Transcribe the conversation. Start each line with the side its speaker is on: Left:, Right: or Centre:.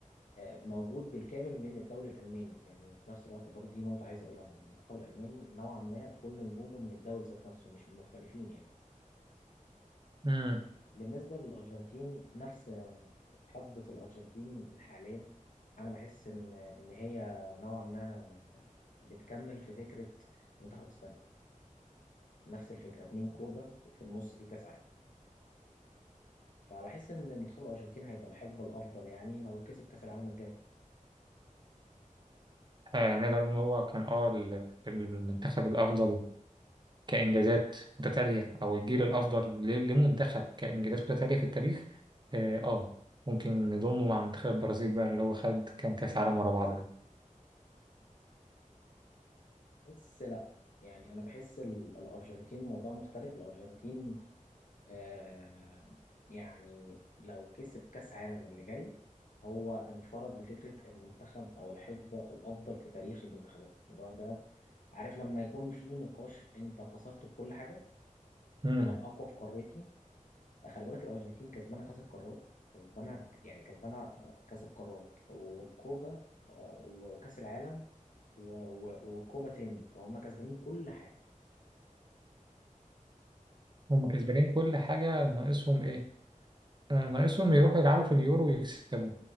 Left: آه، موجود بالكامل من الدوري الألماني يعني في نفس الوقت برضه دي نقطة عايز أقولها إن المنتخب الألماني نوعا ما كل نجومه من الدوري ذات نفسه مش من المحترفين يعني
Right: امم
Left: بالنسبة للأرجنتين نفس آه، حقبة الأرجنتين الحالية أنا بحس إن إن هي نوعا ما بتكمل في فكرة منتخب إسبانيا نفس الفكرة اتنين كوبا وفي النص في كأس عالم فبحس إن منتخب الأرجنتين هيبقى الحقبة الأفضل يعني لو كسب كأس العالم الجاي
Right: آه نقدر إن هو كان أه ال- المنتخب الأفضل كإنجازات متتالية أو الجيل الأفضل ل- لمنتخب كإنجازات متتالية في التاريخ آه, آه ممكن نضمه مع منتخب البرازيل بقى اللي هو خد كام كأس عالم ورا بعض ده
Left: بس لا يعني انا بحس ال- الارجنتين موضوع مختلف الارجنتين آه يعني لو كسب كاس عالم اللي جاي هو انفرد بفكره المنتخب او الحقبه الافضل في تاريخ المنتخبات الموضوع ده عارف لما يكون في نقاش انت كسرت بكل حاجه
Right: مم.
Left: انا الاقوى في قارتي خلي بالك الارجنتين كسبانه كاس القارات كسبانه يعني كسبانه آه، كاس القارات والكوبا آه، وكاس العالم و- و- وكوبا تاني فهم كسبانين كل حاجه
Right: هم كسبانين كل حاجة ناقصهم إيه؟ آه، ناقصهم يروحوا يلعبوا في اليورو ويكسبوا